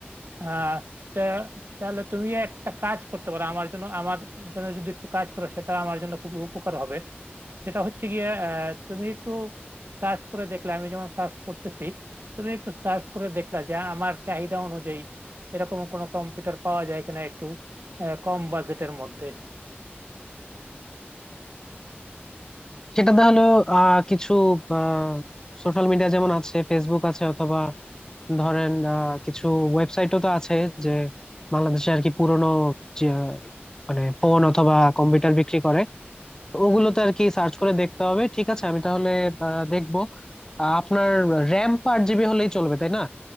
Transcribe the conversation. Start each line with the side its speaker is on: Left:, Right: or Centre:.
Right: আহ তা তাহলে তুমি একটা কাজ করতে পারো আমার জন্য আমার জন্য যদি একটু কাজ করো সেটা আমার জন্য খুব উপকার হবে সেটা হচ্ছে গিয়ে আহ, তুমি একটু সার্চ করে দেখলে আমি যেমন সার্চ করতেছি তুমি একটু সার্চ করে দেখলা যে আমার চাহিদা অনুযায়ী এরকম কোনো কম্পিউটার পাওয়া যায় কিনা একটু আহ, কম বাজেটের মধ্যে
Left: সেটা তাহলে আহ কিছু আহ সোশ্যাল মিডিয়া যেমন আছে ফেসবুক আছে অথবা ধরেন আহ, কিছু ওয়েবসাইটও তো আছে যে বাংলাদেশে আর কি পুরোনো যে, আহ, মানে ফোন অথবা কম্পিউটার বিক্রি করে ওগুলোতে আর কি সার্চ করে দেখতে হবে ঠিক আছে আমি তাহলে আহ, দেখবো আহ, আপনার র্যাম তো আট জিবি হলেই চলবে তাই না